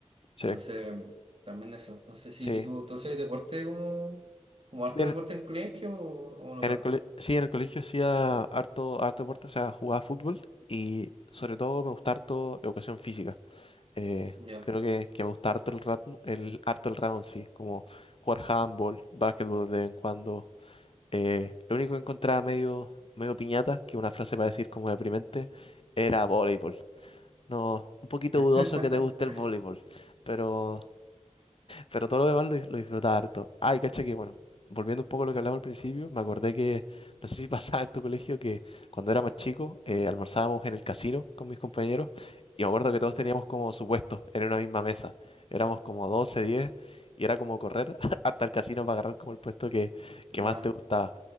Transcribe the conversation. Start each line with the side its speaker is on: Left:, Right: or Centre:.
Left: Sí.
Right: Entonces, también eso. No sé si
Left: sí.
Right: tú, entonces, deporte como, como harto
Left: Sí, en,
Right: deporte en el colegio o, o no
Left: en
Right: tanto.
Left: el cole- sí, en el colegio hacía harto, harto deporte, o sea, jugaba fútbol y sobre todo me gusta harto educación física. Eh,
Right: Ya.
Left: creo que, que me gusta harto el, rat- el, harto el ramo en sí, como jugar handball, básquetbol de vez en cuando. Eh, lo único que encontraba medio, medio piñata, que es una frase para decir como deprimente, era voleibol. No, un poquito
Right: <laughs>
Left: dudoso que te guste el voleibol, pero, pero todo lo demás lo, lo disfrutaba harto. Ay, cacha que, bueno, volviendo un poco a lo que hablamos al principio, me acordé que, <laughs> no sé si pasaba en tu colegio, que cuando era más chico, eh, almorzábamos en el casino con mis compañeros y me acuerdo que todos
Right: Ya.
Left: teníamos como su puesto en una misma mesa. Éramos como 12 10 y era como correr <laughs> hasta el casino para agarrar como el puesto que, que
Right: Ah.
Left: más te gustaba.